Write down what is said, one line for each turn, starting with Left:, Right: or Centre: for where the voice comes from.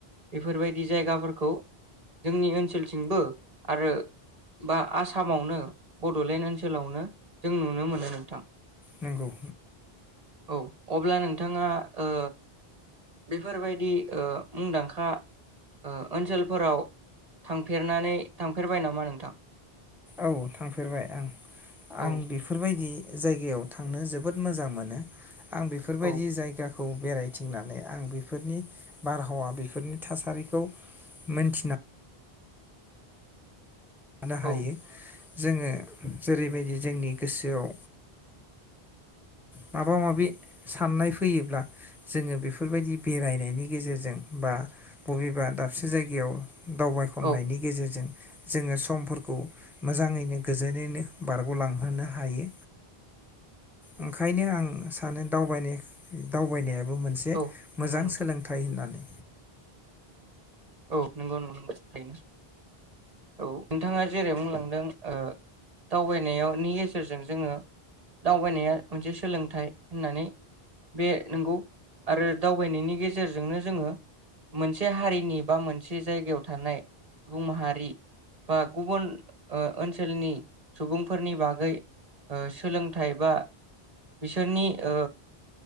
Right: बेफोरबायदि जायगाफोरखौ जोंनि ओनसोलथिंबो आरो बा आसामावनो बडलेण्ड ओनसोलावनो जों नुनो मोनो नोंथां।
Centre: नंगौ
Right: औ अब्ला नोंथाङा ओ बेफोरबायदि‌ ओ मुंदांखा ओ ओनसोलफोराव थांफेरनानै थांफेरबाय नामा नोंथां?
Centre: औ थांफेरबाय आं-आं
Right: औ
Centre: बेफोरबायदि जायगायाव थांनो जोबोद मोजां मोनो। आं बेफोरबायदि
Right: औ
Centre: जायगा खौ बेरायथिंनानै आं बेफोरनि बारहावा बेफोरनि थासारिखौ मोनथिना नुनो
Right: औ
Centre: हायो जोङो जेरैबायदि जोंनि गोसोआव माबा माबि साननाय फैयोब्ला जोङो बेफोरबायदि बेरायनायनि गेजेरजों बा बबेबा दाबसे जायगायाव दावबायखननायनि
Right: औ
Centre: गेजेरजों जोङो सु समफोरखौ मोजाङैनो गोजोनैनो बारगलांहोनो हायो ओंखायनो आं सानो दावबायनाय दावबायनाया बु मोनसे
Right: औ
Centre: मोजां
Right: नंगौ नोंथां
Centre: सोलोंथाइ होननानै।
Right: औ नंगौ नगौ थनो औ नोंथाङा जेरै बुंलांदों ओ दावबायनायनि गेजेरजों जोङो दावबायनाया मोनसे सोलोंथाइ होननानै बे नंगौ आरो दावबायनायनि गेजेरजोंनो जोङो मोनसे हारिनि बा मोनसे जायगायाव थानाय सुबुं माहारि बा गुबुन ओ ओनसोलनि सुबुंफोरनि बागै ओ सोलोंथाइ बा बिसोरनि ओ